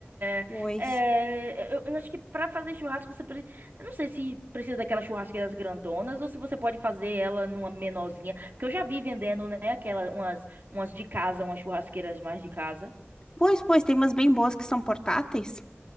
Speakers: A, on the right; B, on the left.
A: É,
B: Pois.
A: é, Eu, eu acho que pra fazer churrasco você... pre- Eu não sei se precisa daquelas churrasqueiras grandonas ou se você pode fazer ela numa menorzinha. Porque eu já vi vendendo, né? Aquelas, umas, umas de casa, umas churrasqueiras mais de casa.
B: Pois, pois, tem umas bem boas que são portáteis.